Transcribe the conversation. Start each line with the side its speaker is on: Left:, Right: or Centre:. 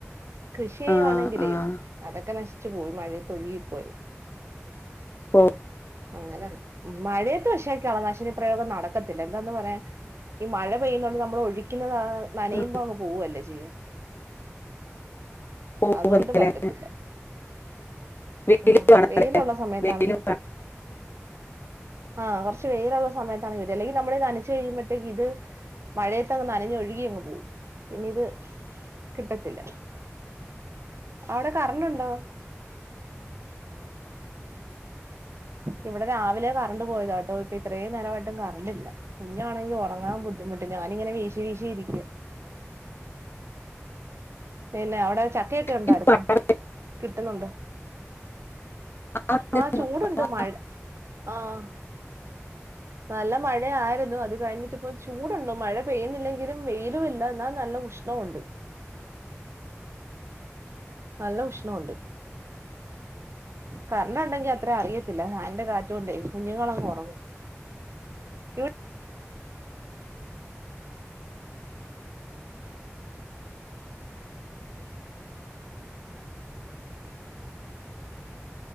Right: കൃഷി ചെയ്യുവാണെങ്കിലേ
Left: ആഹ് ആഹ്
Right: അതൊക്കെ നശിച്ചു പോയി മഴയത്തൊഴുകിപ്പോയി.
Left: ഓ
Right: അങ്ങനെ മഴയത്ത് പഷേ കളനാശിനി പ്രയോഗം നടക്കത്തില്ല എന്താന്ന് പറയാൻ ഈ മഴ പെയ്യുന്നോണ്ട് നമ്മൾ ഒഴിക്കുന്നത് നനയുമ്പോ
Left: ആഹ്
Right: അങ്ങ് പോവല്ലേ ചെയ്യ.
Left: പോകൂലേ
Right: അതോണ്ട് പറ്റത്തില്ല.
Left: വെയില്
Right: ഉ
Left: വേണല്ലേ
Right: വെയിലുള്ള സമയത്താണെങ്കി
Left: വെയില്
Right: പറ്റും. ആഹ് കൊറച്ച് വേയിലുള്ള സമയത്താണെങ്കി പറ്റും അല്ലെങ്കിൽ നമ്മള നന റച്ചഴിയുമ്പോത്തേക്ക് ഇത് മഴയതങ്ങ് നനഞ്ഞ് ഒഴുകിയങ്ങ് പോവും. പിന്നെ ഇത് കിട്ടത്തില്ല. അവ്ടെ കറണ്ടുണ്ടോ? ഇവിടെ രാവിലെ കറണ്ട് പോയതാട്ടോ ഇപ്പൊ ഇത്രയും നേരമായിട്ടും കറണ്ടില്ല. കുഞ്ഞാണെങ്കിൽ ഒറങ്ങാൻ ബുദ്ധിമുട്ടി ഞാൻ ഞാനിങ്ങനെ വീശി വീശി ഇരിക്ക. പിന്നെ അവ്ടെ ചക്കയൊക്കെ
Left: വേണല്ലേ
Right: ഉണ്ടായിരുന്നോ? കിട്ടുന്നുണ്ടോ?
Left: ആ
Right: ആഹ് ചൂടുണ്ട്. മഴ ആഹ് നല്ല മഴ ആരുന്നു, അത് കഴിഞ്ഞിട്ട് പ്പൊ ചൂടുണ്ട് മഴ പെയ്യുന്നില്ലെങ്കിലും വെയിലുംയില്ല, ന്നാൽ നല്ല ഉഷ്ണവുണ്ട്. നല്ല ഉഷ്ണവൊണ്ട്. കറണ്ടെണ്ടെങ്കി അത്ര അറിയത്തില്ല. ഫാന്റെ കാറ്റോണ്ട് കുഞ്ഞുങ്ങളങ്ങൊറങ്ങു. ഇവ്